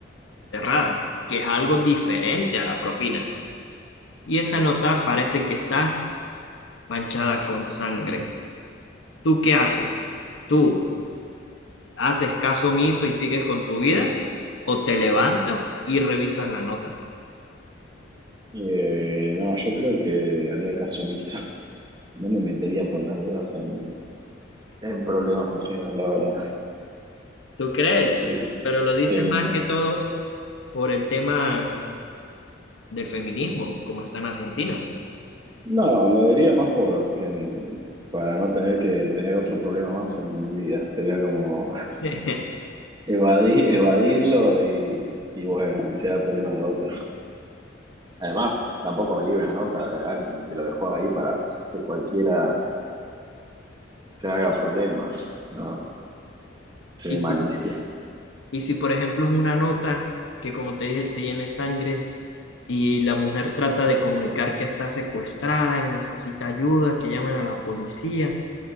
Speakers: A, on the left; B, on the right.
A: cerrada, que es algo diferente a la propina. Y esa nota parece que está manchada con sangre. ¿Tú qué haces? ¿Tú haces caso omiso y sigues con tu vida? ¿O te levantas y revisas la nota?
B: Eh, no, yo creo que haría caso omiso. <laughs> No me metería por las dudas en, en problemas ajenos, la verdad.
A: ¿Tú crees?
B: <laughs> Creo que
A: Pero lo dices
B: sí,
A: más
B: no.
A: que todo por el tema del feminismo, como está en Argentina.
B: No, lo diría más porque en- para no tener que tener otro problema más en mi vida. Sería como
A: <laughs>
B: <laughs> evadir, evadirlo y, y bueno, que sea problema de otro. Además, tampoco abrir una nota de alguien que lo dejó ahí para que cualquiera se haga problemas. No, qué
A: Y si,
B: malicia.
A: y si, por ejemplo, es una nota que, como te dije, tiene sangre, y la mujer trata de comunicar que está secuestrada y necesita ayuda, que llamen a la policía.